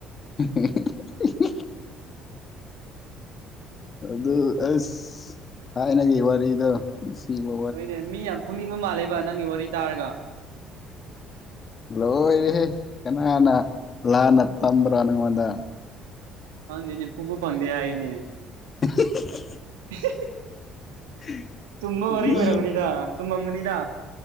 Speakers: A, on the left; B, on the right.
A: ꯍꯨꯝ ꯍꯨꯝ <unintelligible> ꯑꯗꯨ ꯑꯁ ꯊꯥꯏꯅꯒꯤ ꯋꯥꯔꯤꯗ‌ꯣ ꯅꯨꯡꯁꯤꯕꯣ
B: ꯍꯣꯏꯅꯦ ꯃꯤ ꯌꯥꯝ ꯐꯨꯅꯤꯡꯕ ꯃꯥꯜꯂꯦꯕ ꯅꯪꯒꯤ ꯋꯥꯔꯤ ꯇꯥꯔꯒ
A: ꯂꯣꯏꯔꯍꯦ ꯀꯅꯥꯅ ꯂꯥꯟꯅ ꯇꯝꯕ꯭ꯔꯣ ꯅꯪꯉꯣꯟꯗ
B: ꯈꯪꯗꯦꯅꯦ ꯐꯨꯕ ꯐꯪꯗꯦ ꯍꯥꯏꯌꯦꯅꯦ
A: <unintelligible>
B: ꯑꯍꯤ ꯍꯤ
A: <inaudible>
B: ꯇꯨꯝꯕ
A: ꯃꯤ
B: ꯋꯥꯔꯤ ꯑꯣꯏꯔꯝꯒꯅꯤꯗ ꯇꯨꯝꯃꯝꯒꯅꯤꯗ